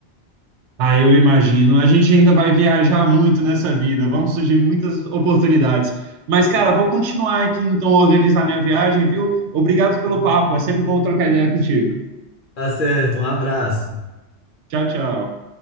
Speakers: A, on the right; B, on the left.
A: Ah, eu imagino. A gente ainda vai viajar muito nessa vida, vão surgir muitas oportunidades. Mas, cara, vou continuar aqui então a organizar minha viagem, viu? Obrigado pelo papo, é sempre bom trocar ideia contigo.
B: Tá certo, um abraço.
A: Tchau, tchau.